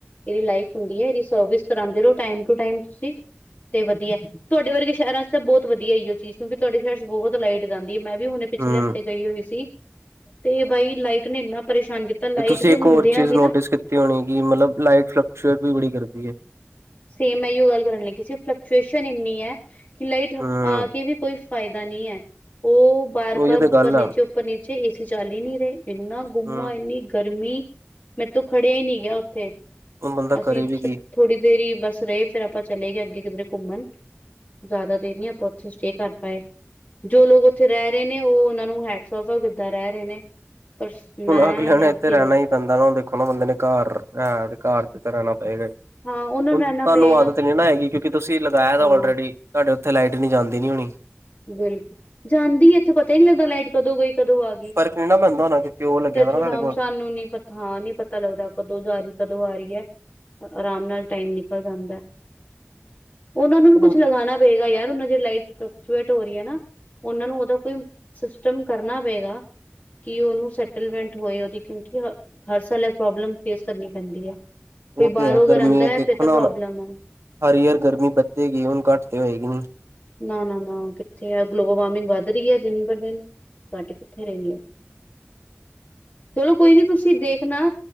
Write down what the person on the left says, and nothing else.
ਏਦੀ ਲਾਈਫ ਹੁੰਦੀ ਐ, ਐਦੀ ਸਰਵਿਸ ਕਰਾਂਦੇ ਰਹੋ ਟਾਈਮ ਟੁ ਟਾਈਮ ਤੁਸੀਂ ਤੇ ਵਧੀਆ, ਤੁਹਾਡੇ ਵਰਗੇ ਸ਼ਹਿਰਾਂ 'ਚ ਤਾਂ ਬਹੁਤ ਵਧੀਆ ਐਈਓ ਚੀਜ਼। ਕਿਉਂਕਿ ਤੁਹਾਡੇ ਸ਼ਹਿਰ 'ਚ ਬਹੁਤ ਲਾਈਟ ਜਾਂਦੀ ਏ, ਮੈਂ ਵੀ ਹੁਣੇ ਪਿਛਲੇ
ਹਫ਼ਤੇ ਗਈ ਹੋਈ ਸੀ, ਤੇ ਬਾਈ ਲਾਈਟ ਨੇ ਇੰਨਾ ਪਰੇਸ਼ਾਨ ਕੀਤਾ ਲਾਈਟ
ਦੇ
ਹੁੰਦਿਆਂ
ਵੀ
ਨਾ
ਸੇਮ ਏਹੀਓ ਗੱਲ ਕਰਨ ਲੱਗੀ ਸੀ, ਫਲਕਚੁਏਸ਼ਨ ਇੰਨੀ ਹੈ ਕਿ ਲਾਈਟ
ਆ ਕੇ ਵੀ ਕੋਈ ਫਾਇਦਾ ਨੀਂ ਐ, ਉਹ ਬਾਰ-ਬਾਰ
ਉੱਪਰ
ਨੀਚੇ,
ਉੱਪਰ ਨੀਚੇ। ਏਸੀ ਚੱਲ ਹੀ ਨੀ ਰਹੇ, ਇੰਨਾ ਗੁੰਮਾ,
ਇੰਨੀ ਗਰਮੀ, ਬਾ ਮੇਥੋਂ ਖੜੀਆ ਹੀ ਨਹੀਂ ਗਿਆ ਉੱਥੇ,
ਅਸੀ
ਸੱਚ
ਥੋੜੀ ਦੇ ਦੇਰ ਬਸ ਰਹੇ, ਫੇਰ ਆਪਾਂ ਚਲੇ ਗਏ ਅੱਗੇ ਕਿਧਰੇ ਘੁੰਮਣ। ਜ਼ਿਆਦਾ ਦੇਰ ਨੀਂ ਆਪਾਂ ਉੱਥੇ ਸਟੇਅ ਕਰ ਪਾਏ। ਜੋ ਲੋਕ ਉੱਥੇ ਰਹਿ ਰਹੇ ਨੇ, ਉਹ ਉਹਨਾਂ ਨੂੰ ਹੈਟਸ-ਔਫ, ਸੱਭ ਕਿੱਦਾਂ ਰਹਿ ਰਹੇ ਨੇ। ਪਰ ਸ ਮੈਂ
ਯਾ
ਅਸੀ
ਲੌ
ਹਾਂ ਉਹਨਾਂ
ਨੂੰ
ਰਹਿਣਾ ਪਏਗਾ
ਹਾਂ
ਬਿਲ ਜਾਂਦੀ ਐ ਇੱਥੇ ਪਤਾ ਹੀ ਨੀ ਲੱਗਦਾ ਲਾਈਟ ਕਦੋਂ ਗਈ ਕਦੋਂ ਆ ਗਈ। ਸੱਚ
ਟੱਚ
ਵੁਡ
<unintelligible>
ਸਾਨੂੰ ਨੀ ਪਤਾ। ਹਾਂ, ਨਹੀਂ ਪਤਾ ਲੱਗਦਾ ਕਦੋਂ ਜਾ ਰਹੀ, ਕਦੋਂ ਆ ਰਹੀ ਐ। ਆਰਾਮ ਨਾਲ ਟਾਈਮ ਨਿਕਲ ਜਾਂਦਾ। ਉਹਨਾ ਨੂੰ ਵੀ ਕੁੱਛ
ਲਗਾਉਣਾ ਪਏਗਾ ਯਾਰ ਉਹਨਾਂ ਦੀ ਲਾਈਟ ਫਲਕਚੂਏਟ ਹੋ ਰਹੀ ਹੈ ਨਾ। ਉਹਨਾਂ ਨੂੰ ਉਹਦਾ ਕੋਈ ਸਿਸਟਮ ਕਰਨਾ ਪਏਗਾ। ਕਿ ਉਹਨੂੰ ਸੈਟਲਮੈਂਟ ਹੋਏ ਉਹਦੀ, ਕਿਉਂਕਿ ਹ ਹਰ ਸਾਲ ਇਹ ਪ੍ਰੋਬਲਮ ਫੇਸ ਕਰਨੀ ਪੈਂਦੀ ਹੈ
ਕੋਈ
ਬਾਹਰੋਂ
ਅਗਰ
ਆਉਂਦਾ
ਫੇਰ ਤਾ
ਪ੍ਰੋਬਲਮ
ਹੈ।
ਨਾ-ਨਾ, ਨਾ ਉਹ ਕਿੱਥੇ ਆ ਗਲੋਬਲ ਵਾਰਮਿੰਗ ਵੱਧ ਰਹੀ ਹੈ ਦਿਨ ਬ ਦਿਨ। ਘੱਟ ਕਿਥੇ ਰਹੀ ਏ। ਚਲੋ ਕੋਈ ਨੀ ਤੁਸੀਂ ਦੇਖਣਾ।